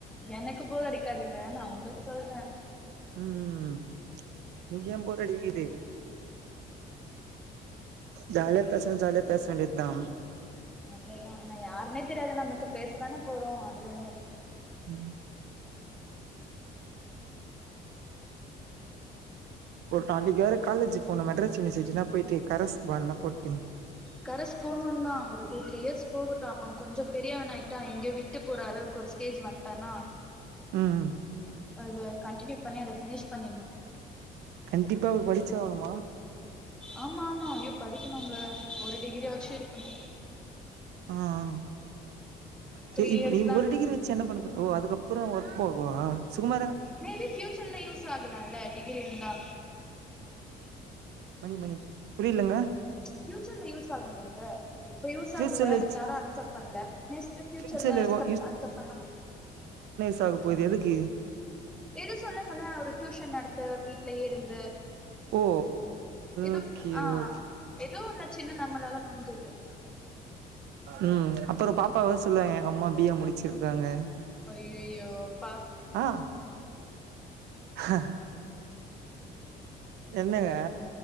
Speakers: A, in the centre; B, on the right.
A: எனக்கு போர் அடிக்க க்காதுங்க நா உங்களுக்கு சொல்றே
B: உம் இங்க ஏ போர் அடிக்குது ஜால பேசனா ஜாலியா பேச வேண்டியதா
A: அவ்ளோதா என்ன யாருமே தெரியாது நமக்கு பேசதானே போறோம் அதுல என்ன இருக்கு
B: உம் ஒரு நாளைக்கு வேற காலேஜ் போன மெட்ராஸ் யூனிவர்சிட்டி தா போயிட்டு கரஸ் பால்லா போட்டு
A: கரஸ் போன்னுந்தா ஒரு டூ த்ரீ இயர்ஸ் போகட்டு அவ கொஞ்ச பெ பெரியவனா ஆயிட்டா எங்கேயு விட்டு போற அளவுக்கு ஒரு ஸ்டேஜ் வண்ட்டானா
B: ம்
A: அத கன்டினியூ பண்ணி அத பினிஷ் பன்னின்னு
B: கண்டிப்பா படிச்ச ஆணுமா
A: ஆமா ஆமா ஐயோ படிக்கணும்ங்க ஒரு டிகிரியாச்சு இருக்கணு
B: ஆஹ் ஹ்
A: த்ரீ
B: இ இப்ப
A: இயர்ஸ்
B: நீ
A: தானே
B: ஒரு டிகிரி வச்சு என்ன பண்ணப்ப ஓ அதுக்கப்றோ ஒர்க் போகவா சுகுமாரு
A: மேபி ஃபியூச்சர்ல யூஸ் ஆகலாம்ல டிகிரி இருந்தா
B: மணி மணி புரியலங்க
A: பியயூச்சர்ல யூஸ் ஆகும்லங்க இப்ப யூஸ்
B: ஃபியூச்சர்ல
A: ஆகல
B: வச்சு
A: யாரும் அக்செப்ட் பண்ல நெஸ்ட் பஃபியூச்சர்ல
B: ஃபியூச்சர்ல
A: அஸ்கப்
B: ஒ
A: அஸ்ஸப்ட் பண்ணா
B: போக போது எதுக்கு
A: எது சொல்லுங்களே ஒரு டியூஷன் நடத்த வீட்லயே இருந்து
B: ஓ
A: எதுவும்
B: ஓகே
A: ஆஹ்
B: ஓகே
A: எதுவும் இந்த சின்ன நம்மளாலா முடிஞ்சது
B: உம் அப்பற பாப்பாவாவ சொல்லுவாங்க எங்க அம்மா பி ஏ முடிச்சிருக்காங்க
A: ஐயையோப்பா
B: ஆஹ் ஹ என்னங்க